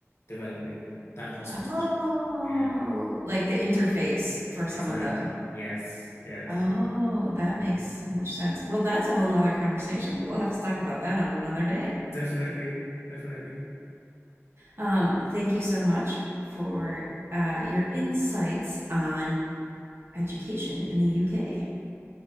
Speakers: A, on the left (about 60°); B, on the right (about 60°).
A: development that hospitals
B: Oh,
A: use. Yeah,
B: like the interface for
A: exactly.
B: some of the
A: Yes, yes,
B: Oh, that
A: yeah,
B: makes so much sense. Well, that's a whole nother conversation. We'll have to talk about that on another day.
A: definitely, definitely.
B: Um, thank you so much for uh, your insights on education in the UK.